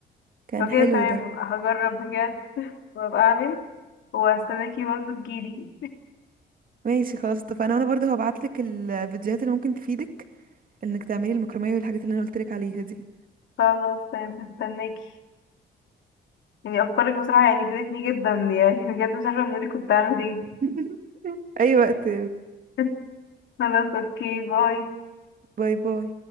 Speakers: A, on the right; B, on the left.
A: كان
B: لو كده
A: حلو
B: تمام
A: ده
B: هجرب بجد وابقى اعمل وهستناكي برضه تجيلي
A: ماشي خلاص اتفقنا وانا برضه هبعتلك الفيديوهات اللي ممكن تفيدك انك تعملي المكرمية والحاجات اللي انا قلتلك عليها دي
B: خلاص تمام هستناكي يعني افكارك بصراحة يعني فادتني جدا يعني بجد مش عارفة من غيرك كنت هعمل ايه
A: <laughs> اي وقت
B: <laughs> خلاص اوكي باي
A: باي باي